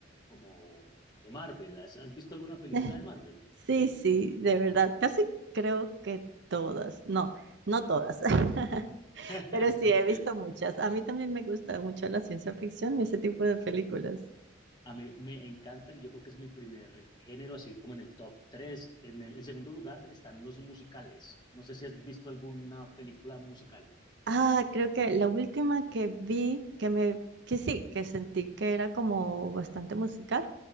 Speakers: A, on the left (about 25°); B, on the right (about 65°).
A: como de Marvel. ¿Has, has visto alguna película
B: <laughs>
A: de Marvel?
B: Sí, sí, de verdad, casi creo que todas, no, no todas, <laughs>
A: <laughs>
B: pero sí he visto muchas. A mí también me gusta mucho la ciencia ficción y ese tipo de películas.
A: A mí me encantan, yo creo que es mi primer género, así como en el top 3. En el en segundo lugar están los musicales. No sé si has visto alguna película musical.
B: Ah, creo que la última que vi, que me, que sí, que sentí que era como bastante musical,